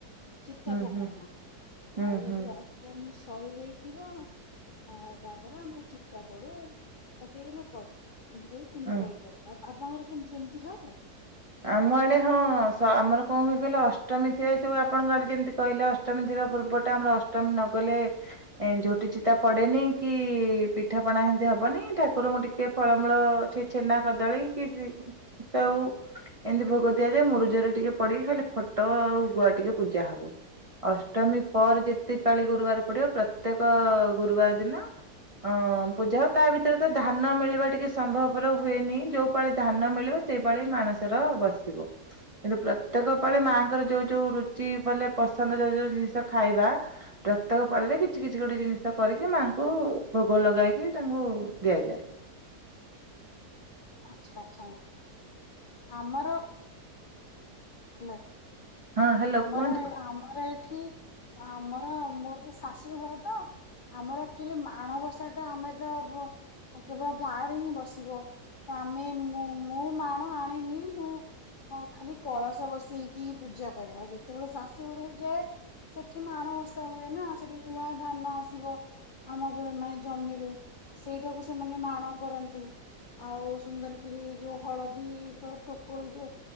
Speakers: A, on the left; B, on the right.
A: ଚିତା
B: ହୁଁ
A: ପକୋଉନ
B: ହୁଁ ହୁଁ
A: ଆଉ
B: ହୁଁ
A: ଯଦି ଅଷ୍ଟମୀ ସରି ଯାଇଥିବ ହଁ ତାପରେ ଆମର ଚିତା ପଡୁ ପକେଇକି ଆମେ କରୁ ଏମତି କହି ତିନି
B: ହୁଁ।
A: ପାଳି କରୁ ଆଉ ଆପଣଙ୍କର କେମତି ସେମିତି ହୁଏ?
B: ଆମ ଆଡେ ହଁ ଆମର କଣ ହୁଏ କହିଲେ ଅଷ୍ଟମୀ ଥିଲା ଯୋଉ ଆପଣଙ୍କ ଆଡେ ଯେମିତି କହିଲେ ଅ ଷ୍ଟମୀ ଥିବା ପୂର୍ବଟା ଆମର ଅଷ୍ଟମୀ ନ ଗଲେ ଏ ଝୋଟି ଚିତା ପଡେନି କି ପିଠାପଣା ହେମିତି ହବନି ଠାକୁରଙ୍କୁ ଟିକେ ଫଳମୂଳ କିଛି ଛେନା କଦଳୀ କି ସେଉ ଏମିତି ଭୋଗ ଦିଆଯାଏ ମୁରୁଜରେ ଟିକେ ପଡିକି ଖାଲି ଫଟ ଆଉ ଗୁଆ ଟିକେ ପୂଜା ହବ। ଅଷ୍ଟମୀ ପରେ ଯେତେ ପାଳି ଗୁରୁବାର ପଡିବ ପ୍ରତ୍ୟେକ ଗୁରୁବାର ଦିନ ହଁ ପୂଜା ତା ଭିତରେ ତ ଧାନ ମିଳିବା ଟିକେ ସମ୍ଭବର ହୁଏନି ଯୋଉ ପାଳି ଧାନ ମିଳିବ ସେଇପାଳି ମାଣ ସେର ବସେ ବସିବ। କିନ୍ତୁ ପ୍ରତ୍ୟେକ ପାଳି ମାଆଙ୍କର ଯୋଉ ଯୋଉ ରୁଚି ବୋଲେ ପସନ୍ଦ ଯୋଉ ଯୋଉ ଜିନିଷ ଖାଇବା ପ୍ରତ୍ୟେକ ପାଳିରେ କିଛି କିଛି ଗୋଟେ ଜିନିଷ କରିକି ମାଆଙ୍କୁ ଭୋଗ ଲଗାଇକି ତାଙ୍କୁ ଦିଆଯାଏ।
A: ଆଛା ଆଚ୍ଛା। ଆମର ହ୍ୟାଲୋ।
B: ହଁ ହ୍ୟାଲୋ
A: ଆମର
B: କୁହନ୍ତୁ
A: ଆମର ଏଠି ଆମର ମୋର ତ ଶାଶୁ ଘର ତ ଆମର ଆକ୍ଚୁଆଲି ମାଣବସା ଟା ଆମେ ତ କେବଳ ଗାଁ ରେ ହିଁ ବସିବ ଆମେ ମୁଁ ମୁଁ ମୋ ମାଣ ଆଣିନି ମୁଁ ହଁ ଖାଲି କଳସ ବସେଇକି ପୂଜା କରେ ଆଉ ଯେତେବେଳେ ଶାଶୁଘରକୁ ଯାଏ ସେଠି ମାଣ ବସା ହୁଏ ନା ସେଠି ନୂଆ ଧାନ ଆସିବ। ଆମ ମାନେ ଜମିରୁ ସେଇଟାକୁ ସେମାନେ ମାଣ କରନ୍ତି। ଆଉ ସୁନ୍ଦରକିରି ଯୋଉ ହଳଦୀ ଟୋକଳିରେ